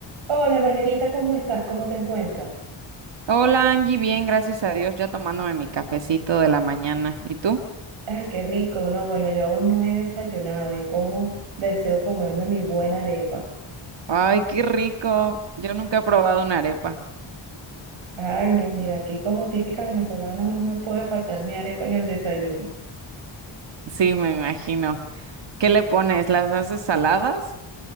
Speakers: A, on the right (about 80°); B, on the right (about 65°).
A: Hola Margarita, ¿cómo estás? ¿Cómo te encuentras?
B: Hola Angie, bien, gracias a Dios, ya tomándome mi cafecito de la mañana. ¿Y tú?
A: Ay, qué rico. No, bueno, yo aún no he desayunado y cómo deseo comerme mi buena arepa.
B: Ay, qué rico. Yo nunca he probado una arepa.
A: Ay, no, mira, aquí como típica venezolana no me puede faltar mi arepa en el desayuno.
B: Sí, me imagino. ¿Qué le pones? ¿Las haces saladas?